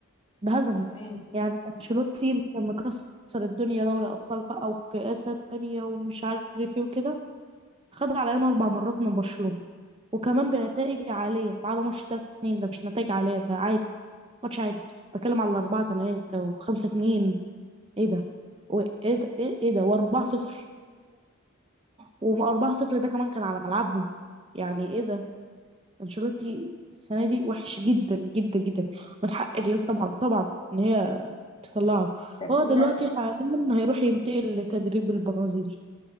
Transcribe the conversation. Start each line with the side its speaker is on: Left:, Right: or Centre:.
Right: ده هزمه
Left: تمام
Right: يعني انشيلوتي اللي كان مكسر الدنيا دوري أبطال بقى وكأسات تانية ومش عارف ايه وكده خد علينا أربع مرات من برشلونة وكمان بنتائج عالية بعد ماتش 3-2 ده مش نتائج عالية ده عادي ماتش عادي بتكلم على 4 3 و5 2 ايه ده وايه ده ايه إيه ده و4 0 و4 0 ده كمان كان على ملعبهم يعني ايه ده انشيلوتي السنة دي وحش جدا جدا جدا من حق الريال طبعا طبعا ان هي تطلعه
Left: طب
Right: هو
Left: كده
Right: دلوقتي حاليا هيروح ينتقل لتدريب البرازيل